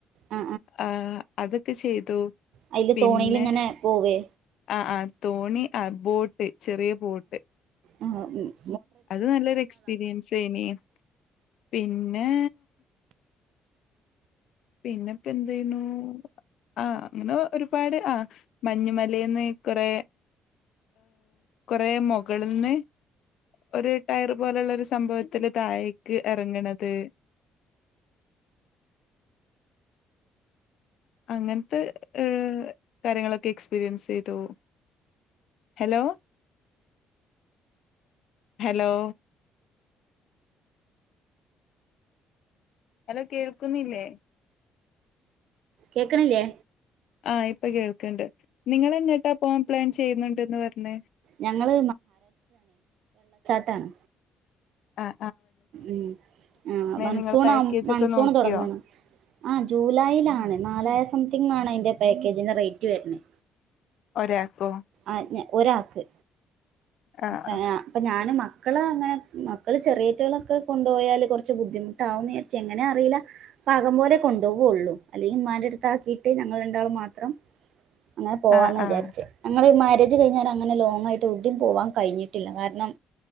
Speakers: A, on the right; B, on the left.
A: ആ
B: ആഹ് അതൊക്കെ ചെയ്തു.
A: അയില്
B: പിന്നെ
A: തോണിൽ ങ്ങനെ പോവേ.
B: ആ ആ തോണി ആ ബോട്ട് ചെറിയ ബോട്ട്
A: ഓ ഉം
B: അത് നല്ലൊരു എക്സ്പീരിയൻസ് ഏനി പിന്നെ പിന്നെ പ്പം എന്തയ്ണൂ ആഹ് അങ്ങനെ ഒരുപാട് ആഹ് മഞ്ഞുമലേന്ന് കൊറേ കൊറേ മൊകള്ന്ന്. ഒരു ടയർ പോലുള്ള ഒരു സംഭവത്തില് താഴേക്ക് എറങ്ങണത്. അങ്ങനത്തെ ഏ കാര്യങ്ങളൊക്കെ എക്സ്പീരിയൻസ് ചെയ്തു. ഹലോ ഹലോ ഹലോ കേൾക്കുന്നില്ലേ,
A: കേക്ക്ണില്ലേ
B: ആഹ് ഇപ്പം കേൾക്ക്ണ്ട് നിങ്ങൾ എങ്ങട്ടാ പോവാൻ പ്ലാൻ ചെയ്യുന്നുണ്ടന്ന് പർഞ്ഞേ
A: ഞങ്ങള് ട്ടാണ്.
B: ആ
A: ഉം ആ മൺസൂൺ
B: നിങ്ങൾ പാക്കേജ്
A: ആ മൺസൂൺ
B: ഒക്കെ നോക്കിയോ?
A: തുടങ്ങണം ആ ജൂലൈയിലാണ് നാലായിര സം തിങ്ങാണ് അതിൻ്റെ പാക്കേജിന്റെ റേറ്റ് വര്ണത്
B: ഒരാക്കോ
A: ആ ഞ ഒരാക്ക്
B: ആഹ്
A: അ അപ്പം ഞാനും മ മക്കൾ അങ്ങനെ മക്കള് ചെറിയേറ്റങ്ങളൊക്കെ കൊണ്ടുപോയാല് കുറച്ച് ബുദ്ധിമുട്ടാവുന്ന് വിചാരിച്ച് എങ്ങനെ അറീല്ല പാകം പോലെ കൊണ്ടോവെള്ളു. അല്ലെങ്കിൽ ഉമാന്റെ അടുത്ത ആക്കിയിട്ട് ഞങ്ങൾ രണ്ടാളും മാത്രം. അങ്ങനെ പോവാന്ന്
B: ആഹ്
A: വിചാരിച്ച്
B: ആഹ്
A: ഞങ്ങള് മ രേജ് കഴിഞ്ഞാരെ അങ്ങനെ ലോങ്ങായിട്ട് ഔടിം പോവാൻ കഴിഞ്ഞിട്ടില്ല കാരണം